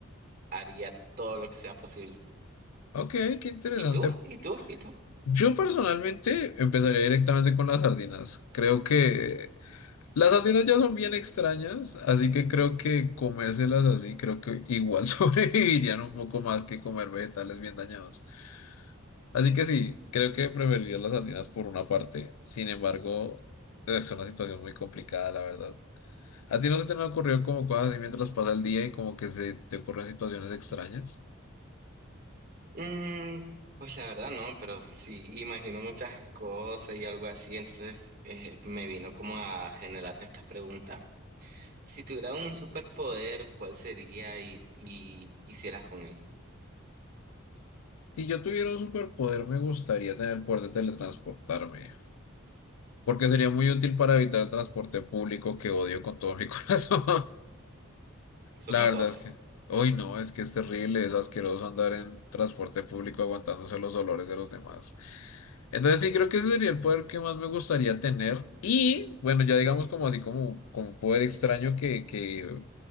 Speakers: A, on the right; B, on the left.
A: haría todo lo que sea posible.
B: Ok, qué interesante.
A: ¿Y tú? ¿Y tú? ¿Y tú?
B: Yo personalmente empezaría directamente con las sardinas. Creo que Las sardinas ya son bien extrañas, así que creo que comérselas así, creo que igual <laughs> sobrevivirían un poco más que comer vegetales bien dañados. Así que sí, creo que preferiría las sardinas por una parte. Sin embargo, es una situación muy complicada, la verdad. ¿A ti no se te han ocurrido como cosas así mientras pasa el día y como que se te ocurren situaciones extrañas?
A: Mm, pues la verdad no, pero sí imagino muchas cosas y algo así, entonces eh, me vino como a generarte esta pregunta. Si tuviera un superpoder, ¿cuál sería y, y quisieras con él?
B: Si yo tuviera un superpoder, me gustaría tener el poder de teletransportarme, porque sería muy útil para evitar el transporte público que odio con todo mi <laughs> corazón.
A: Somos
B: La verdad
A: dos.
B: es que, uy, no, es que es terrible, es asqueroso andar en transporte público aguantándose los dolores de los demás. Entonces sí, creo que ese sería el poder que más me gustaría tener. Y bueno, ya digamos como así como, como un poder extraño que, que